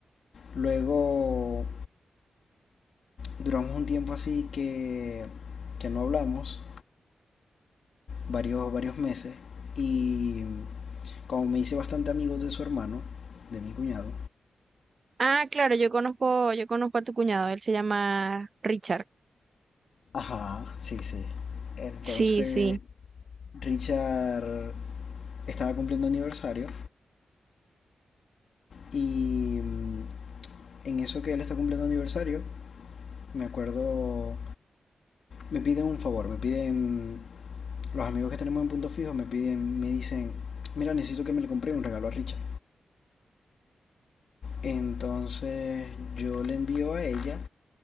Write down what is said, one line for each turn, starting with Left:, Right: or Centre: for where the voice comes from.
Left: Luego duramos un tiempo así que, que no hablamos, varios, varios meses, y como me hice bastante amigo de su hermano, de mi cuñado,
Right: Ah, claro, yo conozco, yo conozco a tu cuñado, él se llama Richard.
Left: ajá, sí, sí. Entonces,
Right: Sí, sí.
Left: Richard estaba cumpliendo aniversario Y mm, en eso que él está cumpliendo aniversario, me acuerdo, me piden un favor, me piden, los amigos que tenemos en Punto Fijo me piden, me dicen, mira, necesito que me le compre un regalo a Richard. Entonces yo le envío a ella,